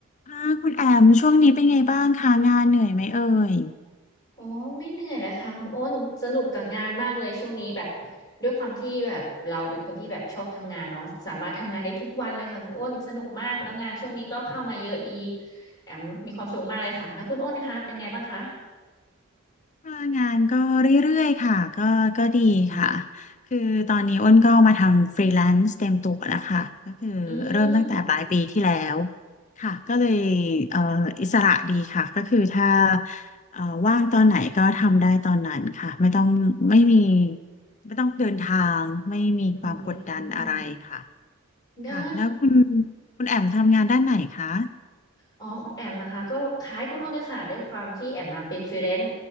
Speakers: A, on the left; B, on the left.
A: ค่ะคุณแอมช่วงนี้เป็นไงบ้างคะงานเหนื่อยไหมเอ่ย
B: อ๋อไม่เหนื่อยเลยค่ะคุณอ้นสนุกกับงานมากเลยช่วงนี้แบบด้วยความที่แบบเราเป็นคนที่แบบชอบทำงานเนาะสามารถทำงานได้ทุกวันเลยค่ะคุณอ้นสนุกมากแล้วงานช่วงนี้ก็เข้ามาเยอะดีแอมมีความสุขมากเลยค่ะแล้วคุณอ้นคะเป็นไงบ้างคะ
A: ค่ะงานก็เรื่อยๆค่ะก็ก็ดีค่ะ
B: อืม
A: คือตอนนี้อ้นก็มาทำฟรีแลนซ์เต็มตัวแล้วค่ะก็คือเริ่มตั้งแต่ปลายปีที่แล้ว
B: อืม
A: ค่ะก็เลยเอ่ออิสระดีค่ะก็คือถ้าเอ่อว่างตอนไหนก็ทำได้ตอนนั้นค่ะไม่ต้องไม่มีไม่ต้องเดินทางไม่มีความกดดันอะไรค่ะ
B: อืมได้
A: ค่ะแล้วคุณคุณแอมทำงานด้านไหนคะ
B: อ๋อของแอมนะคะก็คล้ายคุณอ้นเลยค่ะด้วยความที่แอมมาเป็นฟรีแลนซ์